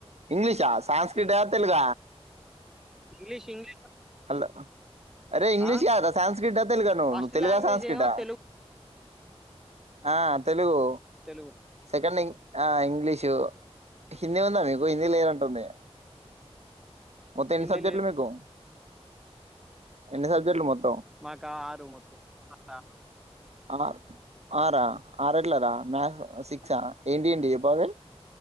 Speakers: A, on the right; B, in the centre.
A: ఇంగ్లీషా సాస్క్రిట్ తెలుగ
B: ఇంగ్లీష్ ఇంగ్లీష్
A: లా అరే ఇంగ్లిష్
B: ఆ
A: కాద్ రా సాస్క్రిట్ ఆ తెలుగు ఆ
B: ఫస్ట్
A: ను తెలుగ
B: లాంగ్వేజ్
A: ఆ సంస్క్రిట్
B: ఏమో
A: ఆ
B: తెలుగు
A: ఆ తెలుగు
B: తెలుగు
A: సెకెండ్ ఇంగ్ ఆ ఇంగ్లీషు హిందీ ఉందా మీకు హిందీ లేనటుంది మొత్తం ఎన్ని
B: హిందీ
A: సబ్జెక్ట్లు
B: లేదు
A: మీకు ఎన్ని సబ్జెక్ట్లు మొత్
B: మాకా ఆరు మొత్తం. ఆరు
A: ఆర్ ఆరా ఆరె ట్లరా మ్యాసు సిక్సా ఏంటి ఏంటి జెప్ <unintelligible>